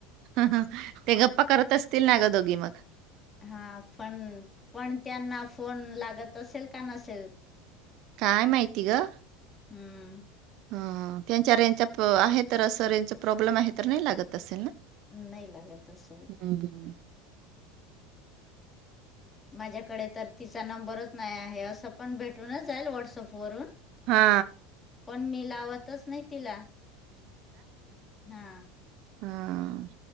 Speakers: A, on the right; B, on the left.
A: हं हं ते गप्पा करत असतील ना गं दोघी मग
B: हा पण पण त्यांना फोन लागत असेल का नसेल
A: का य माहिती गं
B: हम्म
A: ह त्यांच्या रेंजचा आहे तर असं रेंजचा प्रॉब्लेम आहे तर नाही लागत असेल ना
B: नाही लागत असेल
A: हम्म.
B: माझ्याकडे तर तिचा नंबरच नाही आहे असं पण भेटूनच जाईल व्हॉट्सअपवरून
A: हा
B: पण मी लावतच नाही तिला हा
A: हाआआ